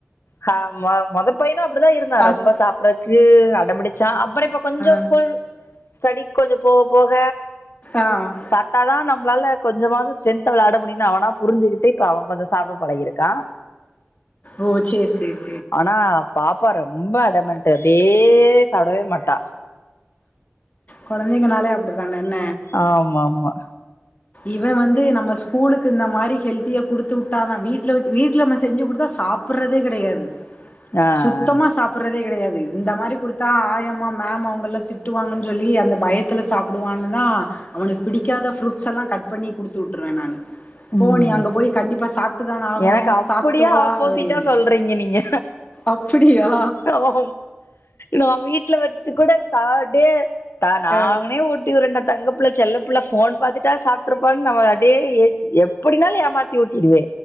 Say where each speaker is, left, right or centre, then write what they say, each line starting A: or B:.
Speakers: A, on the left; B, on the left.
A: ஹாமா மொத பையனு அப்டிதா இருந்தா
B: ஃபஸ்ட்
A: ரொம்ப சாப் றக்கு அட பிடிச்சா அப்பறோ இப்ப கொஞ்சோ
B: ஆ
A: ஸ்கூல் ஸ்டெடி கொஞ்சோ போக போக
B: ஆ
A: சாப்டா தா நம்ளால கொஞ்சமாவது ஸ்டெரென்த்தா வெளடா முடியினு அவனா புரிஞ்சுகிட்டு இப்ப அவ கொஞ்சோ சாப்ட பழகிருக்கா
B: ஓ செரி செரி
A: ஆனா பாப்பா ரொம்ப அடமென்ட்டு அப்டியே சாப்டவே மாட்டா
B: கொழந்தைங்கனாலே அப்டித்தான என்ன
A: ஆமாமா
B: இவ வந்து நம்ம ஸ்கூலுக்கு இந்த மாரி ஹெல்த்தியா குடுத்துவுட்டாதா வீட்ல வெச் வீட்ல நம்ம செஞ்சு குடுத்தா சாப் பிட்றதே கெடையாது
A: ஆ ஆ
B: சுத்தமா சாப்றதே கெடையாது இந்த மாரி குடுத்தா ஆயமா மேம் அவுங்கல திட்டுவாங்கன் சொல்லி அந்த பயத்துல சாப்டுவான்னுதா அவனுக்கு பிடிக்காத ஃபுரூட்ஸ்ஸல்லா கட் பண்ணி குடுத்துவுட்ருவே நானு
A: ம்
B: போ நீ அங்க போய் கண்டிப்பா சாப்ட்டு தான ஆகணு
A: எனக்கு அப்டியே
B: சாப்ட்டு வா
A: ஆப்போசிட்டா
B: அப்டின்னு
A: சொல்றீங்க நீங்க
B: அப்டியா
A: ஆமா நா வீட்ல வெச்சு கூட தாடே த நானுமே
B: அ
A: ஊ ட்டிவுரேண்டா தங்கபிள்ள செல்ல பிள்ள ஃபோன் பாத்துட்டா சாப்ட்ருபான் நாம டே எ எப்டினாலு ஏமாத் தி ஊட்டிருவே